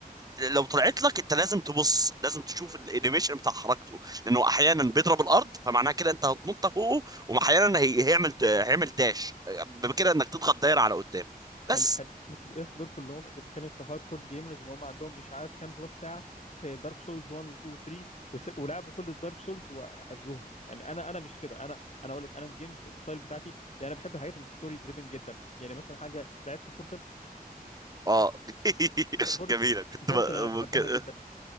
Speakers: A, on the right; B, on the left.
A: آه، لو طلعت لك انت لازم تبص لازم تشوف الانيميشن بتاع حركته لانه احيانا بيضرب الارض فمعناها كده انت هتنط فوقه واحيانا هي- هيعمل د- هيعمل داش بكده انك تضغط دايره على قدام
B: حلو
A: بس
B: حلو بس دول- يس دول كلهم انت بتتكلم في هاردكور جيمرز اللي هم عندهم مش عارف كام بلس ساعه في دارك سولز 1 و 2 و 3 وس- ولعبوا كل الدارك سولز وحفظوها يعني انا انا مش كده انا انا اقول لك انا الجيمز الستايل بتاعتي يعني انا بحب الحاجات الستوري دريفن جدا يعني مثلا حاجه لعبت بورتال
A: اه <laughs>
B: بورتال
A: جميله كنت
B: بورتال
A: ب...
B: انا بحبها
A: ممكن
B: جدا